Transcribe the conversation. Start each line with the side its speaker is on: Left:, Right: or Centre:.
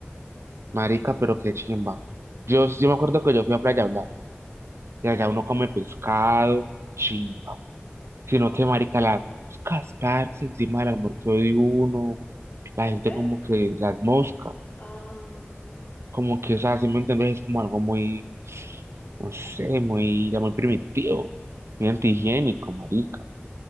Right: Marica, pero qué chimba. Yo, yo me acuerdo que yo fui a Playa Blanca y allá uno
Left: ¿Qué
Right: come
Left: tal?
Right: pescado, chimba. Sino que, marica, las moscas, parce, encima del almuerzo de uno,
Left: ¿Las
Right: la gente
Left: qué?
Right: como que las moscas.
Left: Ah.
Right: como que, o sea, si me entendés, es como algo muy, no sé, muy, ya muy primitivo, muy antihigiénico, marica.